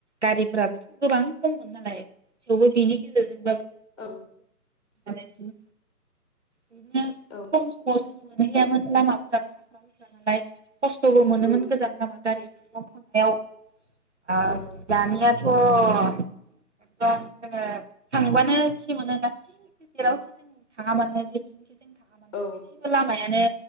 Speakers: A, on the right; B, on the left.
A: गारिफ्राबोथ' गोबां खममोन नालाय थेवबो बिनि गेजेरजोंबाबो
B: औ
A: माने इदिनो बिदिनो
B: औ
A: खम समाव जों मोनहैयामोन लामाफ्राबो हाग्रा हुग्रा नालाय खस्थ'बो मोनोमोन
B: उम
A: गोजान लामा गारि दा थांनायाव आ
B: औ
A: दानिया <unintelligible> एदम जोङो थांबानो खि मोनो गासै जेरावखि जों थाङा मानो। <unintelligible>
B: औ
A: <inaudible> लामायानो